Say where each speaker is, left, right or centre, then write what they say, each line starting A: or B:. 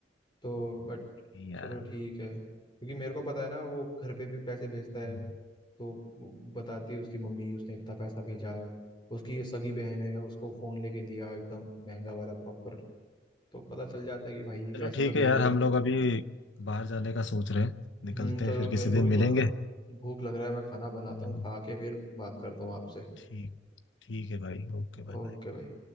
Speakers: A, on the left (about 25°); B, on the left (about 80°).
A: तो बट
B: यार
A: चलो ठीक है क्योंकि मेरे को पता है ना वो घर पे भी पैसे भेजता है
B: हम्म।
A: तो वो बताती है उसकी मम्मी उसने इतना पैसा भेजा उसकी सगी बहन है उसको फोन लेके दिया एकदम महंगा वाला प्रॉपर तो पता चल जाता है कि भाई
B: चलो
A: पैसे
B: ठीक
A: तो भेज
B: है यार
A: रहा
B: हम
A: है
B: लोग अभी बाहर जाने का सोच रहे हैं निकलते
A: हम्म चलो
B: हैं फिर
A: मेरे
B: किसी
A: को
B: दिन
A: भी थोड़ा
B: मिलेंगे
A: भूख लग रहा है मैं खाना बनाता
B: हम्म,
A: हूँ खा के फिर बात करता हूँ आपसे
B: ठीक ठीक है भाई ओके बाय
A: ओके
B: बाय
A: भाई